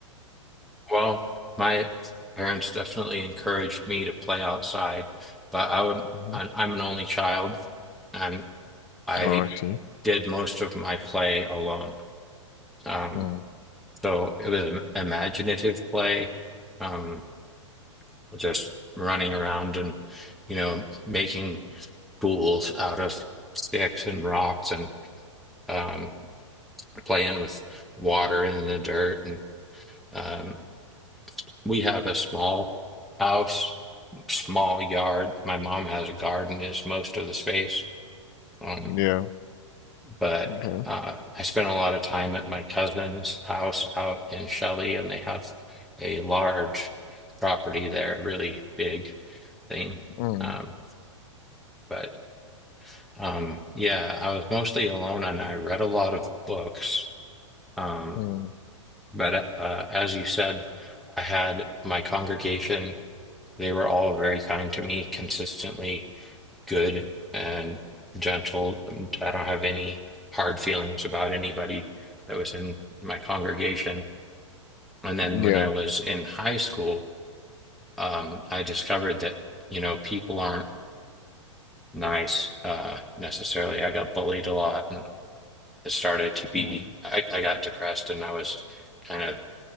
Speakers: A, in the centre; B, on the left.
A: Well, my parents definitely encouraged me to play outside, but I would,
B: hmm
A: I'm I'm an only child, and I
B: Oh, I see.
A: did most of my play alone. Um,
B: Mm.
A: so it was imaginative play. Um, just running around and you know making tools out of sticks and rocks and um, playing with water and the dirt and um, we have a small house small yard my mom has a garden is most of the space um,
B: Yeah.
A: but
B: Okay.
A: uh, i spend a lot of time at my cousin's house out in shelley and they have a large property there really big thing
B: Mm.
A: um, but Um, yeah, I was mostly alone and I read a lot of books. Um,
B: Mm.
A: but uh, uh, as you said, I had my congregation, they were all very kind to me, consistently good and gentle. And I don't have any hard feelings about anybody that was in my congregation. And then
B: Yeah.
A: when I was in high school, um, I discovered that, you know, people aren't nice uh, necessarily. I got bullied a lot it started to be
B: Mm.
A: I, I got depressed and I was kind of